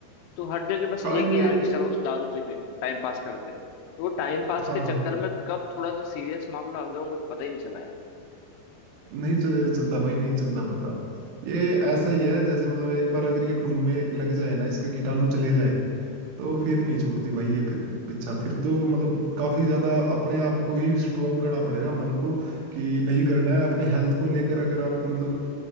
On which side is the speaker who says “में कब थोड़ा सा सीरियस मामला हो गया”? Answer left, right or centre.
Left